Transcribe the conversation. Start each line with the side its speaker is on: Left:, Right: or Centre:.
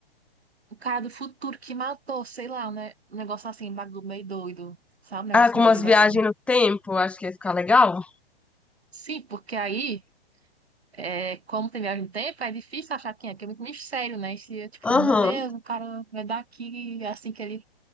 Right: um cara do futuro que matou, sei lá, né? Um negócio assim, um bagulho meio doido. Sabe? Um negócio
Centre: Ah, com
Right: meio
Centre: umas
Right: doido
Centre: viagens
Right: assim.
Centre: no tempo, acho que ia ficar legal.
Right: Sim, porque aí. É, como tem viagem no tempo, é difícil achar quem é, porque é muito mistério, né? E Se, é, tipo,
Centre: Aham.
Right: meu Deus, o cara vai daqui assim que ele